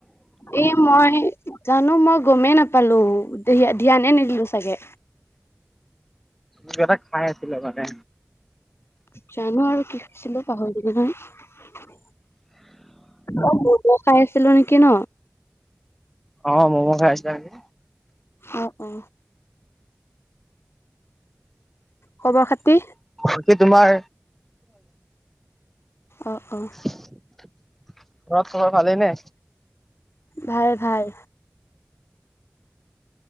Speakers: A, on the left; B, in the centre.
A: এই মই জানো, মই গমেই নাপালোঁ ধি ধ্যানে নিদিলোঁ চাগে।
B: কিবা এটা খাই আছিলা মানে।
A: জানো আৰু কি খাইছিলোঁ পাহৰি গ'লো নহয়। অ ম'ম খাই আছিলোঁ নেকি ন
B: অ', ম'ম খাই আছিলা নেকি।
A: অ অ খবৰ খাতি
B: বাকী তোমাৰ
A: অ অ'।
B: ঘৰত চবৰ ভালেই নে
A: ভাল ভাল।